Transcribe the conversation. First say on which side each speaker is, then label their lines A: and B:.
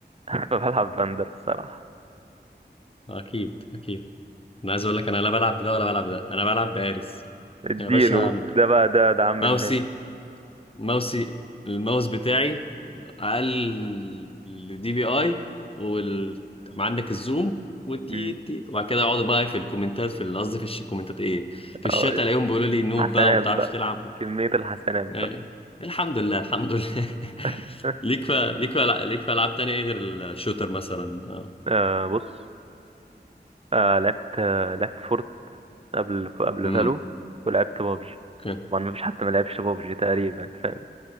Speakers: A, on the right; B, on the left.
A: <laughs> بلعب بندر الصراحة
B: اكيد اكيد انا عايز اقول لك انا لا بلعب بده ولا بلعب ده انا بلعب باريس
A: اديله
B: يا باشا
A: ده بقى ده ده عم
B: ماوسي
A: الناس
B: ماوسي الماوس بتاعي اقل دي بي اي وال عندك الزوم والتي
A: <laughs>
B: تي وبعد كده يقعدوا بقى في الكومنتات في ال- قصدي في الش- الكومنتات ايه في الشات
A: اه
B: الاقيهم بيقولوا لي نوب
A: حسنات
B: بقى وما بتعرفش
A: بقى
B: تلعب
A: كمية الحسنات بقى
B: إيه. الحمد لله الحمد لله <laughs>
A: <laughs>
B: ليك ف... ليك ف... ليك في العاب تانية إيه غير الشوتر مثلا اه
A: آه بص آه لعبت آه لعبت فورت قبل قبل
B: امم
A: فالو ولعبت بابجي
B: أوكي.
A: طبعا مفيش حد ما لعبش بابجي تقريبا فاهم